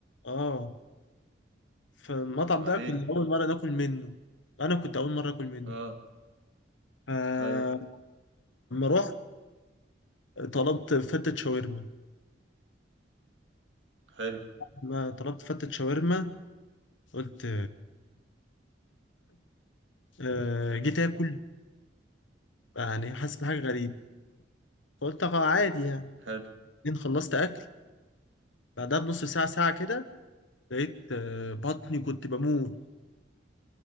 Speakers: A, on the left; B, on the right.
A: اه فالمطعم
B: طب وبعدين؟
A: ده كنا اول مره ناكل منه انا كنت اول مره اكل منه
B: اه
A: فلما
B: ايوه
A: رحت طلبت فتة شاورما
B: حلو
A: لما طلبت فتة شاورما قلت آه، جيت اكل يعني حاسس بحاجه غريبه فقلت اه عادي يعني
B: حلو
A: بعدين خلصت اكل بعدها بنص ساعه ساعه كده لقيت آه، بطني كنت بموت